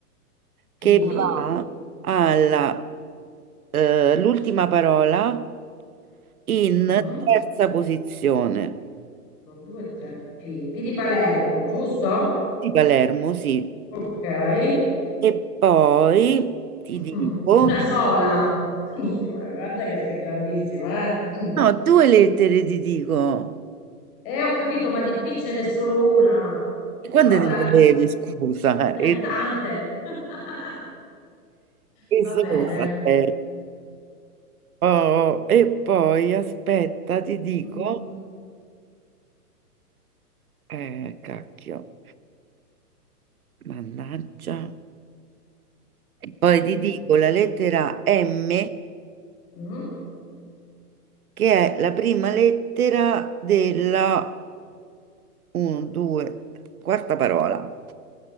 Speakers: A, on the left (about 20°); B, on the right (about 65°).
A: P.
B: che va alla eh, l'ultima parola in
A: 1,
B: terza posizione.
A: 2, 3, P. P di Palermo, giusto?
B: Di Palermo, sì.
A: Ok. <laughs>
B: E poi ti dico,
A: Mm, Una sola. <laughs> Io, eh, guarda che sei grandissima, eh? Mm.
B: no, due lettere ti dico.
A: E ho capito, ma di P ce n'è solo una.
B: E quando
A: Vabbè,
B: te le levi, scusa?
A: eh,
B: E
A: tante. <laughs> Va
B: Esosa
A: bene.
B: sei. Oh, e poi aspetta, ti dico,
A: Mm,
B: eh, cacchio, mannaggia. Poi ti
A: mm,
B: dico la lettera M,
A: mm.
B: che è la prima lettera della 1, 2, quarta parola.